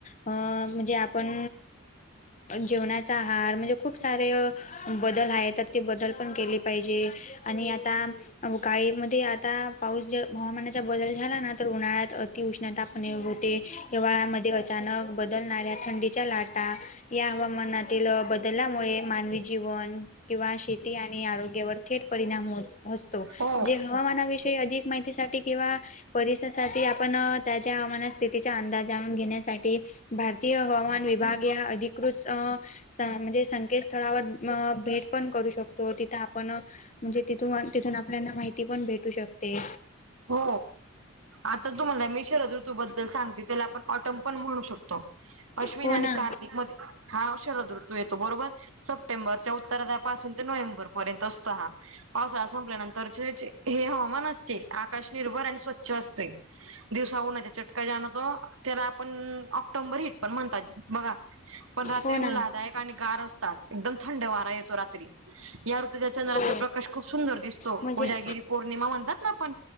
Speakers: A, on the left; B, on the right.
A: अं म्हणजे आपण जेवणाचा आहार म्हणजे खूप सारे बदल आहे तर ती बदल पण केले पाहिजे. आणि आता काळी म आता पाऊस ज हवामानाचा बदल झाला ना! उन्हाळ्यात अति उष्णतापणे होते हिवाळमध्ये अचानक बदलणाऱ्या, थंडीच्या लाटा या हवामानातील बदलामुळे मानवी जीवन. किंवा शेती आणि आरोग्यावर थेट परिणाम हो असतो.
B: हो
A: जे हवामानाविषयी अधिक माहितीसाठी किंवा परिस आपण त्याच्या हवामान स्थितीचा अंदाज जाणून घेण्यासाठी भार भारतीय हवामान विभागा अधिकृत स म्हणजे संकेतस्थळावर भेट पण करू शकतो. तिथं आपन म्हणजे तिथून तिथून आपल्यानां माहिती पण भेटु शकते.
B: हो आता तुम्हाला मी शरद ऋतूबद्दल सांगते त्याला आपण ऑटोम पण म्हणू शकतो. अश्विन
A: हो
B: आणि
A: ना
B: कार्तिक मध्ये हा शरद ऋतू येतो बरोबर! सप्टेंबरच्या उत्तरार्धापासून ते नोव्हेंबर पर्यंत असतो हा. पावसाळा संपल्यानंतर हे हवामान असते आकाश निर्भर आणि स्वच्छ असते. दिवसा उन्हाच्या चटका जाणवतो, त्याला आपण ऑक्टोंबर हिट पण म्हणतात बघा. पण रात्री
A: हो ना
B: उल्हादायक आणि गार असतात एकदम थंड वारा येतो रात्री. या ऋतूच्या चंद्राचे
A: हो
B: प्रकाश खूप सुंदर दिसतो.
A: म्हणजे
B: उजागिरी पौर्णिमा म्हणतात ना आपण.